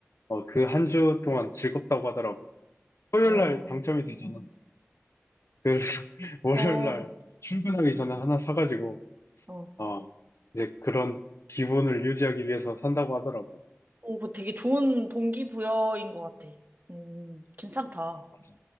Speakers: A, on the left; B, on the right.
A: 어, 그 한 주 동안 즐겁다고 하더라고. 토요일날
B: 어,
A: 당첨이 되잖아. 그래서 <laughs> 월요일날
B: 어,
A: 출근하기 전에 하나 사가지고,
B: 어.
A: 아, 이제 그런 기분을 유지하기 위해서 산다고 하더라고.
B: 오, 뭐 되게 좋은 동기부여인 것 같아. 음, 괜찮다.
A: 맞아.